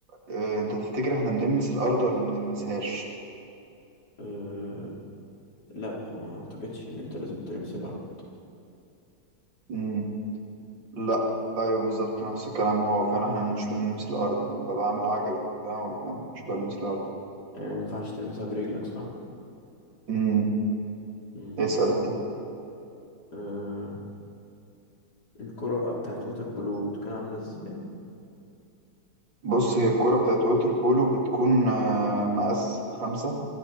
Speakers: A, on the right; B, on the left.
A: آه، انت تفتكر احنا بنلمس الأرض ولا ما بنلمسهاش؟
B: أه... لا آه، ما اعتقدش ان انت لازم تلمس الارض
A: مم. لا ايوه بالظبط نفس الكلام هو فعلا احنا مش بنلمس الأرض انا ببقى عامل عجلة وبتاع وفاهم مش بلمس الأرض
B: يعني ما ينفعش تلمسها برجلك صح
A: امم
B: امم
A: اسأل
B: تمام آه الكرة بقى بتاعت ووتر بلو بتكون عاملة ازاي
A: بص هي الكرة بتاعت ووتر بولو بتكون آه، مقاس خمسة